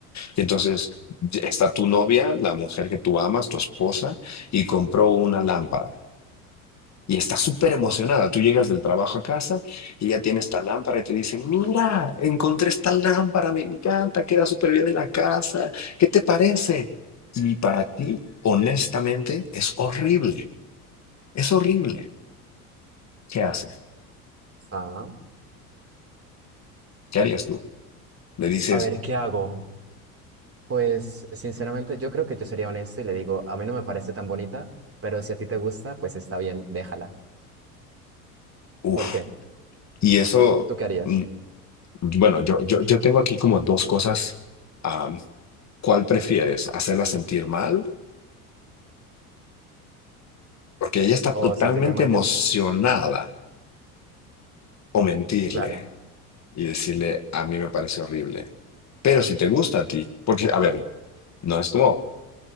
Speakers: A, on the left; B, on the right.
A: Y entonces ya está tu novia, la mujer que tú amas, tu esposa, y compró una lámpara. Y está súper emocionada. Tú llegas del trabajo a casa y ya tiene esta lámpara y te dice, mira, encontré esta lámpara, me encanta, queda súper bien en la casa, ¿qué te parece? Y para ti, honestamente, es horrible, es horrible. ¿Qué haces?
B: Ah,
A: ¿Qué harías tú? Le dices,
B: A ver, ¿qué hago? Pues sinceramente yo creo que yo sería honesto y le digo, a mí no me parece tan bonita, pero si a ti te gusta, pues está bien, déjala.
A: uff,
B: ¿Por qué?
A: y eso,
B: ¿Tú qué harías?
A: mm, bueno, yo, yo, yo tengo aquí como dos cosas. am, ¿cuál prefieres? ¿Hacerla sentir mal? Porque ella está
B: ¿O
A: totalmente
B: sentirme mal
A: emocionada
B: yo?
A: o mentirle.
B: Claro.
A: y decirle, a mí me parece horrible. Pero si te gusta a ti, porque, a ver, no es como